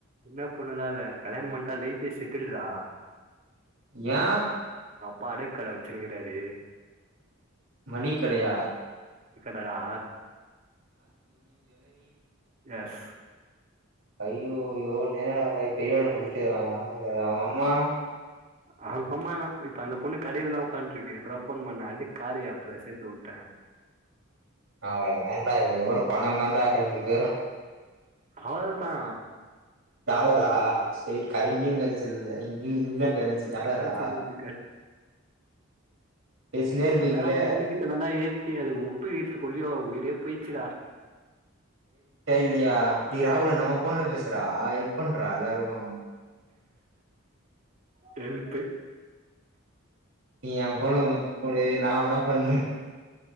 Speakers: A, on the right (about 40°); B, on the right (about 70°).
A: என்ன பொண்ணல்லாம் இல்ல கல்யாணம் பண்ணிட்டா லைஃப்பே செட்டில்ரா
B: ஏ
A: பாடக்கள வச்சிருக்கிறாரு
B: மளி கடயா
A: எடா எஸ்
B: ஐயோ <unintelligible> அவ அவுங்க அம்மா
A: அவுங்க அம்மானா இப்ப அந்த பொண்ணு கடைல தா உட்காண்ட்ருக்கு இப்பதா போன் பண்ண அது காரிய ஆப்ல சேத்து விட்டே
B: அவ்ள தான்டா இதுக்கப்புற பண தான்டா ரெண்டு பேரு
A: அவ்லதா
B: <unintelligible> எ கரன்யே நெனச்சுருந்தே இங்கயு இங்கிலான் கரன்சி டாலரா
A: கரன்சி நோட்டு
B: பேசினே இருப்பீங்களே
A: நல்லாரம் அந்த பொண்ணு கிட்ட நல்லா ஏத்தி அது உட்டு இத்து உய்யோ உயிரே போயிச்டா
B: அப்டியா எ ராகுலன்னவோ போன்ல பேசுதுடா எ போன் வேல இருக்கு
A: கெல்பு
B: நீ <unintelligible> நா வென்ன பண்ணு